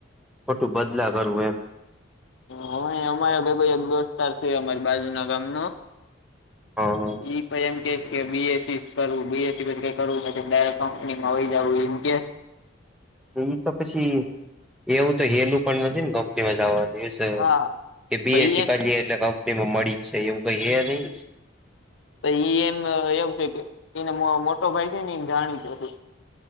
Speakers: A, in the centre; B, on the left.
A: ખોટું બદલા કરવું એમ.
B: હ અમારા બી એક દોસ્તાર છે અમારી બાજુ ના ગામ નો
A: હા
B: ઈ તો એમ કેય છે કે બી એસ સી કરવું બી એસ સી કઈ કરવું ડાયરેકટ કંપનીમાં વહી જાવું ઈન કે
A: ઈ તો પછી એવું તો હેલું પણ નથી ને કંપનીમાં જાવાનું. એ
B: હા
A: કે બી
B: પહી
A: એસ સી
B: એમ
A: કર્યે એટલે કંપની માં મળી જ જાય એવું કઈ હે ની.
B: તો ઈ એમ એવું છે કે એને મોટો ભાઈ છે ને એમ જાણીતો હતું.